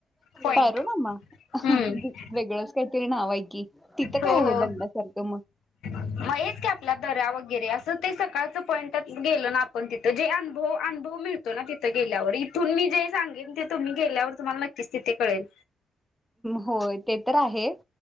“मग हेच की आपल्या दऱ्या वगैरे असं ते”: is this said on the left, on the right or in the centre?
Left